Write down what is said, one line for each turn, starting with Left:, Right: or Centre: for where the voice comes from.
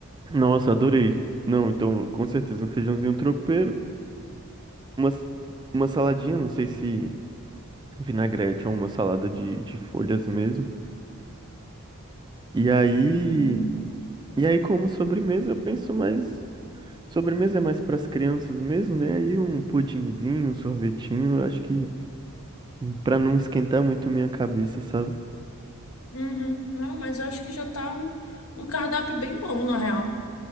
Right: Nossa, adorei. Não, então, com certeza, um feijãozinho tropeiro. Uma, s- uma saladinha, não sei se vinagrete ou uma salada de, de folhas mesmo. E aí,
Left: Uhum.
Right: e aí como sobremesa, eu penso mais. Sobremesa é mais para as crianças mesmo, né? Aí um pudinzinho, um sorvetinho, eu acho que para não esquentar muito minha cabeça, sabe?
Left: Uhum. Não, mas eu acho que já tá um, um cardápio bem bom, na real.